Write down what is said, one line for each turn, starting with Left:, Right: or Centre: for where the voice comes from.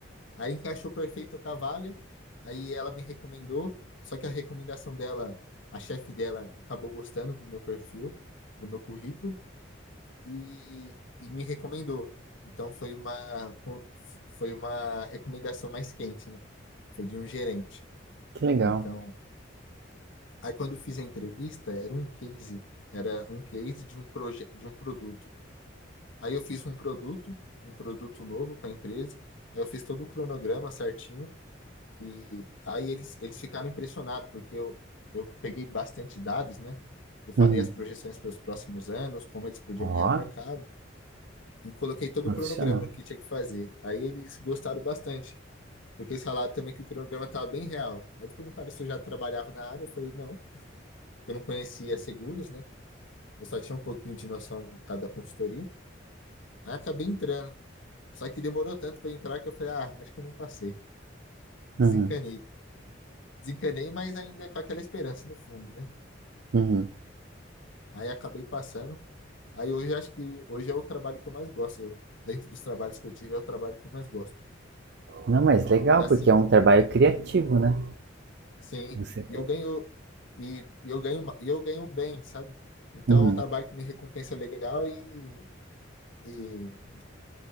Left: Aí encaixou perfeito com a vaga, aí ela me recomendou, só que a recomendação dela, a chefe dela acabou gostando do meu perfil, do meu currículo e, e me recomendou. Então foi uma, co- f- foi uma recomendação mais quente, né? Foi de um gerente.
Right: Que legal.
Left: Então, aí quando eu fiz a entrevista, era um case, era um case de um proje de um produto. Aí eu fiz um produto, um produto novo para a empresa. Aí eu fiz todo o cronograma certinho e aí eles eles ficaram impressionados porque eu eu peguei bastante dados, né? Eu falei
Right: Uhum.
Left: as projeções para os próximos anos, como eles podiam
Right: Ó,
Left: ganhar mercado. e coloquei todo
Right: profissional.
Left: o cronograma que tinha que fazer. Aí eles gostaram bastante, porque eles falaram também que o cronograma estava bem real. Aí eles perguntaram se eu já trabalhava na área, eu falei não, que eu não conhecia seguros, né? Eu só tinha um pouquinho de noção por causa da consultoria. Aí acabei entrando. Só que demorou tanto para entrar que eu falei, ah, acho que eu não passei. Desencanei.
Right: Uhum,
Left: Desencanei, mas ainda com aquela esperança no fundo, né?
Right: uhum.
Left: Aí acabei passando. Aí hoje acho que hoje é o trabalho que eu mais gosto. Dentro dos trabalhos que eu tive, é o trabalho que eu mais gosto.
Right: Não, mas
Left: E
Right: legal,
Left: assim,
Right: porque é um trabalho criativo, né?
Left: sim,
Right: Você.
Left: e eu ganho e, eu ganho, ma- e eu ganho bem, sabe? Então,
Right: Uhum.
Left: é um trabalho que me recompensa legal e, e,